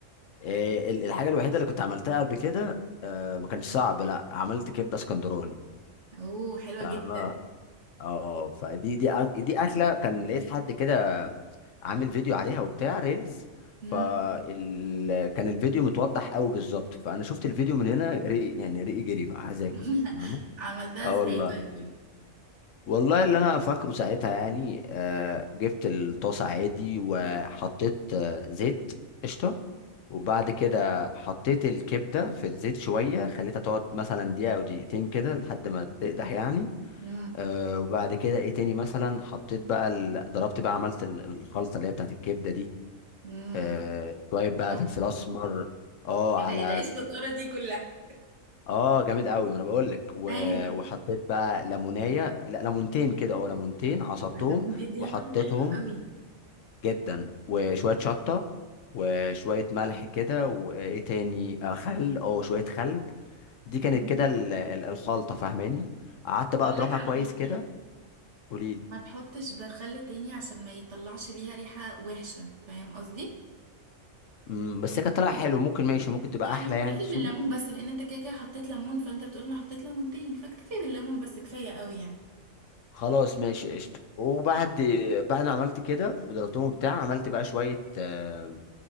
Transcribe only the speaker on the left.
إيه ال- الحاجه الوحيده اللي كنت عملتها قبل كده آه ما كانش صعب لا عملت كبده اسكندراني
فاهمه
اه فدي دي أ- دي اكله كان لقيت حد كده عامل فيديو عليها وبتاع ريلز
فال كان الفيديو متوضح قوي بالظبط فانا شفت الفيديو من هنا رقي يعني رقي جري بقى عايز اكل
فاهمه
اه
والله
والله اللي انا فاكره ساعتها يعني آه جبت الطاسه عادي وحطيت آه زيت قشطه وبعد كده حطيت الكبده في الزيت شويه خليتها تقعد مثلا دقيقه او دقيقتين كده لحد ما تقدح يعني
آه وبعد كده ايه تاني مثلا حطيت بقى ال... ضربت بقى عملت ال- الخلطه اللي هي بتاعت الكبده دي
آه شويه بقى
فلفل اسمر اه
على
اه جامد قوي ما انا بقول لك و...
وحطيت بقى ليمونيه لا ليمونتين كده او ليمونتين عصرتهم
وحطيتهم
جدا وشويه
شطه وشويه ملح كده وايه تاني آه خل اه شويه خل دي
كانت كده ال- ال- الخلطه فاهماني قعدت بقى
اضربها
كويس
كده قولي
مم، بس هي كانت طالعه حلو ممكن ماشي ممكن تبقى
احلى
يعني تقصدي
خلاص ماشي قشطه وبعد بعد ما عملت كده وضربتهم
بتاع عملت بقى شويه آه،